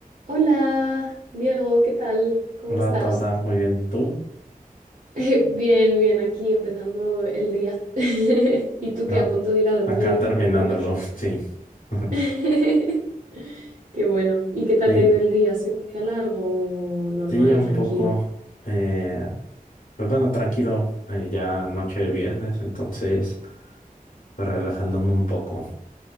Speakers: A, on the right; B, on the left.
A: Hola, Diego, ¿qué tal? ¿Cómo
B: Hola,
A: estás?
B: Tabata,
A: <laughs>
B: muy bien. ¿Tú?
A: Eh, bien, bien, aquí empezando el día. <laughs> Y tú
B: Ah,
A: que a punto de ir a dormir,
B: acá terminándolo,
A: ¿no? Imagino.
B: <laughs> sí. <laughs>
A: <laughs> Qué bueno. ¿Y qué tal
B: Sí,
A: te ha ido el día? ¿Ha sido un día largo o normal,
B: sí, un
A: tranquilo?
B: poco. eh, pues bueno, tranquilo, eh, ya noche de viernes, entonces, pues relajándome un poco.